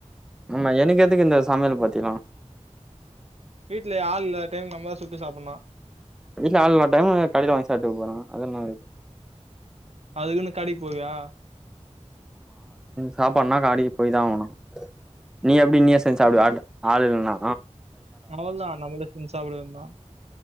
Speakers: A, in the centre; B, on the right.
A: ஆமா எனக்கு எதுக்கு இந்த சமையல் பாத்திலா
B: வீட்ல ஆள் இல்லாத டைம் நம்மதா சுட்டு சாப்பட்னு
A: வீட்ல ஆள் இல்லா டைமு கடைல வாங்கி சாப்டுக போறோ அதுல என்னா இருக் இப்போ
B: அதுகுனு கடைக் போவியா
A: சாப்பாட்னா கடைகி போய்தா ஆவணு நீ எப்டி நீயே செஞ்சு சாப்டுவியா ஆ ஆளில்லனா
B: அவ்ளோதா நம்ளோ செஞ்சு சாப்டவேன்தா